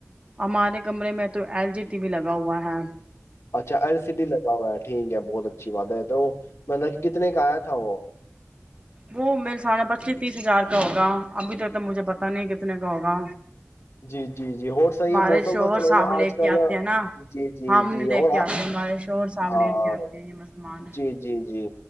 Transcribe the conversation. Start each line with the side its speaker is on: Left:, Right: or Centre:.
Right: ہمارے کمرے میں تو ایل جی ٹی وی لگا ہوا ہے
Left: اچھا ایل سی ڈی لگا ہوا ہے ٹھیک ہے بہت اچھی بات ہے تو مطلب کہ کتنے کا آیا تھا وہ
Right: وہ میرے ساما پچیس تیس ہزار کا ہوگا ابھی تو ت تو مجھے پتا نہیں کہ کتنے کا ہوگا
Left: جی جی جی اور صحیح
Right: ہمارے
Left: ہے موسم
Right: شوہر
Left: کا سنائیے
Right: صاحب
Left: آج
Right: لے کے
Left: کل
Right: آتے ہیں نا
Left: جی جی
Right: ہم
Left: جی
Right: نہیں لے
Left: اور
Right: کے آتے ہمارے شوہر صاحب
Left: ہاں
Right: لے کے آتے ہیں یہ مسلمان
Left: جی جی جی